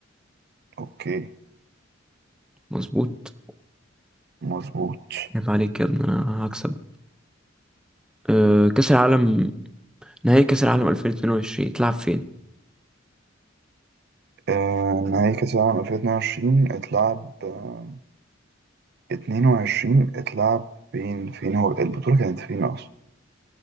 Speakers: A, on the right; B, in the centre.
A: اوكي
B: مظبوط
A: مظبوط
B: عيب عليك يا ابني أنا هكسب آه... كأس العالم نهائي كأس العالم 2022 تلعب فين؟
A: آه نهائي كأس العالم 2022 اتلعب آه 22 اتلعب فين فين هو البطولة كانت فين أصلا؟